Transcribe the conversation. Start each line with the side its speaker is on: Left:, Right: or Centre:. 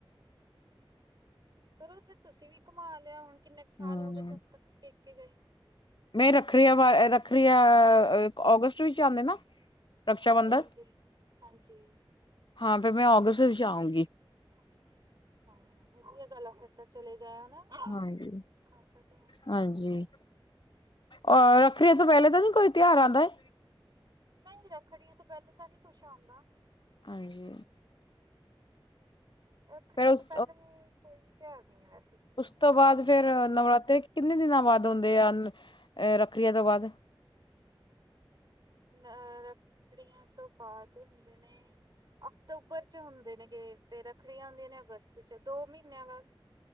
Right: ਚਲੋ ਫਿਰ ਤੁਸੀਂ ਵੀ ਘੁਮਾ ਲਿਆ ਹੁਣ। ਕਿੰਨੇ ਕੁ ਸਾਲ
Left: ਹਮ
Right: ਹੋ ਗਏ ਤੁਹਾਨੂੰ ਪ ਪੇਕੇ ਗਏ ਨੂੰ?
Left: ਮੈਂ ਰੱਖ ਰ ਹ ਵ <inaudible> ਕ੍ਰਿਆ ਉਹ ਅਗਸਤ ਵਿੱਚ ਆਉਂਦੇ ਨਾ। ਰਕਸ਼ਾ
Right: ਹਾਂਜੀ
Left: ਬੰਧਨ
Right: -ਹਾਂਜੀ -ਹਾਂਜੀ
Left: ਹਾਂ ਫਿਰ ਮੈਂ ਅਗਸਤ ਵਿੱਚ ਆਊਂਗੀ।
Right: ਹਾਂ ਵਧੀਆ ਗੱਲ ਆ ਫਿਰ ਤਾਂ ਚਲੇ ਜਾਇਓ ਨਾ।
Left: ਹਾਂਜੀ
Right: ਖਾਸਾ ਟਾਈਮ ਹੋਇਆ
Left: ਹਾਂਜੀ।
Right: ਪਿਆ ਸੀ।
Left: ਅਹ ਰੱਖੜੀਆਂ ਤੋਂ ਪਹਿਲੇ ਤਾਂ ਨਹੀਂ ਕੋਈ ਤਿਉਹਾਰ ਆਉਂਦਾ ਹੈ।
Right: ਨਹੀਂ ਰੱਖੜੀਆਂ ਤੇ ਪਹਿਲੇ ਤਾਂ ਨਹੀਂ ਕੁਛ ਆਉਂਦਾ ਹੈ।
Left: ਹਾਂਜੀ।
Right: ਰੱਖੜੀਆਂ
Left: ਫੇਰ ਉਸ
Right: ਤੋਂ ਪਹਿਲੇ ਕੋਈ ਵੀ ਤਿਉਹਾਰ ਨਹੀਂ। ਹੈ ਵੈਸੇ।
Left: ਉਸ ਤੋਂ ਬਾਅਦ ਫੇਰ ਨਵਰਾਤਰੀ। ਕਿੰਨੇ ਦਿਨਾਂ ਬਾਅਦ ਆਉਦੇ ਆ ਅ ਰੱਖੜੀਆਂ ਤੋਂ ਬਾਅਦ।
Right: ਅਹ ਰੱਖੜੀਆਂ ਤੋਂ ਬਾਅਦ ਹੁੰਦੇ ਨੇ? ਅਕਤੂਬਰ ਚ ਹੁੰਦੇ ਨੇ ਗਏ। ਤੇ ਰੱਖੜੀਆਂ ਹੁੰਦੀਆਂ ਨੇ ਅਗਸਤ 'ਚ ਦੋ ਮਹੀਨਿਆਂ ਬਾਅਦ।